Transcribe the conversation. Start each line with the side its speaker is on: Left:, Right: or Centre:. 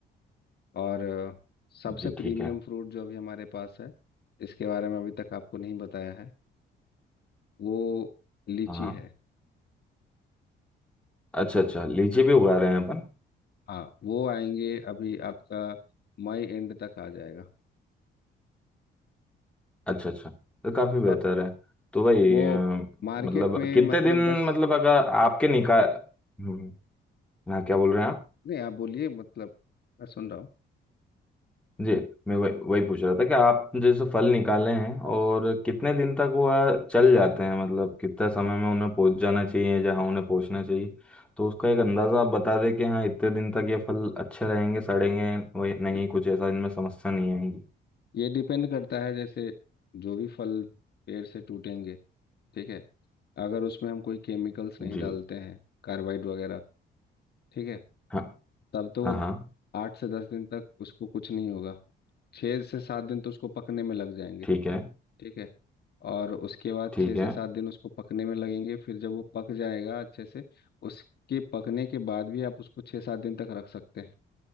Left: और अ, सबसे
Centre: जी
Left: प्रीमियम
Centre: ठीक है
Left: फ्रूट जो अभी हमारे पास है इसके बारे में अभी तक आपको नहीं बताया है वो लीची
Centre: हाँ
Left: है
Centre: अच्छा अच्छा लीची भी उगा रहे हैं अपन
Left: हाँ वो आएंगे अभी आपका मई एंड तक आ जाएगा
Centre: अच्छा अच्छा तो काफी बेहतर
Left: और
Centre: है तो भाई
Left: वो
Centre: अ,
Left: मार्केट
Centre: मतलब
Left: में
Centre: कितने
Left: मतलब
Centre: दिन
Left: दस
Centre: मतलब अगर आपके निकाल हम्म, हाँ क्या बोल रहे हैं आप
Left: नहीं आप बोलिए मतलब मैं सुन रहा हूँ
Centre: जी मैं वही वही पूछ रहा था कि आप जैसे फल निकाले हैं और कितने दिन तक वह चल जाते हैं मतलब कितने समय में उन्हें पहुंच जाना चाहिए जहां उन्हें पहुंचना चाहिए तो उसका एक अंदाजा आप बता दें कि हाँ इतने दिन तक ये फल अच्छे रहेंगे सड़ेंगे वही नहीं
Left: बिल्कुल
Centre: कुछ ऐसा इनमें समस्या नहीं आएगी
Left: ये डिपेंड करता है जैसे जो भी फल पेड़ से टूटेंगे ठीक है अगर उसमें हम कोई केमिकल्स नहीं
Centre: जी
Left: डालते हैं कार्बाइड वगैरह ठीक है
Centre: हाँ
Left: तब तो
Centre: हाँ
Left: वो
Centre: हाँ
Left: आठ से दस दिन तक उसको कुछ नहीं होगा छः से सात दिन तो उसको पकने में लग जाएंगे
Centre: ठीक है
Left: ठीक है और उसके बाद
Centre: ठीक
Left: छः से
Centre: है
Left: सात दिन उसको पकने में लगेंगे फिर जब वो पक जाएगा अच्छे से उसके पकने के बाद भी आप उसको छः सात दिन तक रख सकते हैं